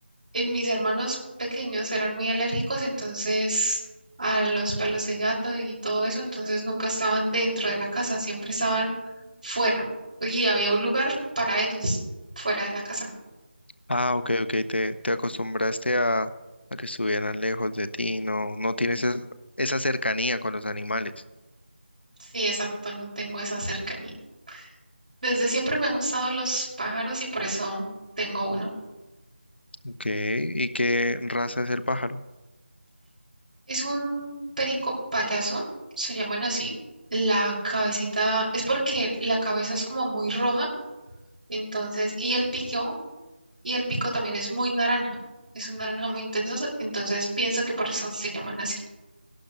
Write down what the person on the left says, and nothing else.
Ah, ok, ok, te, te acostumbraste a, a que estuvieran lejos de ti, no, no tienes es- esa cercanía con los animales.
Ok, ¿y qué raza es el pájaro?